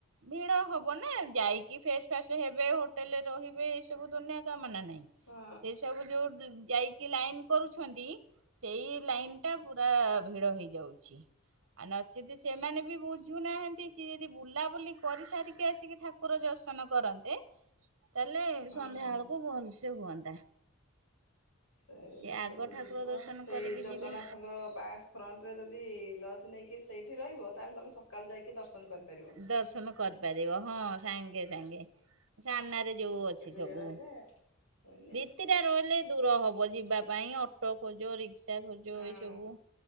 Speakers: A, on the right; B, on the left.
A: ଭିଡ଼ ହବ ନା ଯାଇକି ଫ୍ରେଶ ଫ୍ରାଶ ହେବେ ହୋଟେଲରେ। ରହିବେ ଏଇ ସବୁ ଦୁନିଆ କାମନା ନାଇଁ
B: ହଁ
A: ସେ ସବୁ ଯୋଉ ଦି ଯାଇକି ଲାଇନ୍ କରୁଛନ୍ତି। ସେଇ ଲାଇନ ଟା ପୁରା ଭିଡ଼ ହେଇଯାଉଛି। ଆଉ ନଚିତ ସେମାନେ ବି ବୁଝୁନାହାନ୍ତି ସିଏ ଯଦି ବୁଲାବୁଲି କରି ସାରିକି ଆସିକି ଠା କୁର ଦର୍ଶନ କରନ୍ତେ। ତାହେଲେ
B: ହଁ।
A: ସନ୍ଧ୍ୟା ବେଳକୁ ଭଲସେ ହୁଅନ୍ତା।
B: ସେ
A: ସିଏ ଆଗ
B: ଯଦି
A: ଠାକୁର
B: ଯିବ
A: ଦର୍ଶନ
B: ସେଇ
A: କରିକି
B: ଜଗନ୍ନାଥଙ୍କ
A: ଯିବେ
B: ପାସ ଫ୍ରଣ୍ଟରେ ଯଦି ଲଜ୍ ନେଇକି ସେଇଠି ରହିବ ତାହେଲେ ତମେ ସକାଳୁ ଯାଇକି ଦର୍ଶନ କରିପାରିବ।
A: ଦର୍ଶନ କରିପାରିବ ହଁ ସାଙ୍ଗେ ସାଙ୍ଗେ ସାମ୍ନାରେ ଯୋଉ
B: ଟିକେ
A: ଅଛି
B: ଦୂରିଆ
A: ସବୁ
B: ରହିଲେ ହୁଏନି
A: ବି ରାତିଟା ରହିଲେ ଦୂର ହବ ଯିବା ପାଇଁ ଅଟୋ ଖୋଜ, ରିକ୍ସା ଖୋଜ
B: ଆଉ
A: ଏଇ ସବୁ।